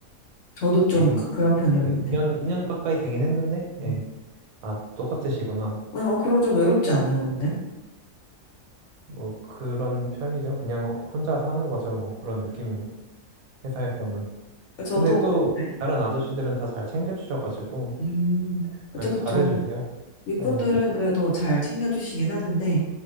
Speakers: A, on the left; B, on the right.
A: 저도 좀
B: 지금,
A: 그- 그런 편이었는데.
B: 네, 2년, 이 년 가까이 되긴 했는데, 예.
A: 음.
B: 아, 똑같으시구나.
A: 어, 그럼 좀 외롭지 않아요, 근데?
B: 뭐, 그런 편이죠. 그냥 혼자 사는 거죠, 뭐. 그런 느낌인 거죠. 회사에서는.
A: 그- 저도,
B: 근데 또,
A: 네.
B: 다른 아저씨들은 다 잘 챙겨주셔가지고,
A: 음, 그쵸,
B: 네,
A: 그쵸.
B: 잘해주세요.
A: 윗분들은
B: 네,
A: 그래도 잘 챙겨주시긴 하는데,